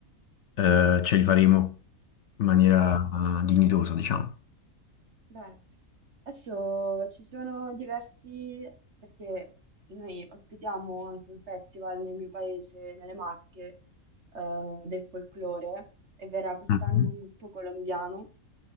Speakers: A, on the left; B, on the right.
A: eh, ce li faremo in maniera
B: Ah.
A: eh, dignitosa, diciamo.
B: Bene, adesso ci sono diversi, perché noi ospitiamo anche un festival nel mio paese, nelle Marche, eh, del folklore, e verrà quest'anno
A: Mhm.
B: un gruppo colombiano,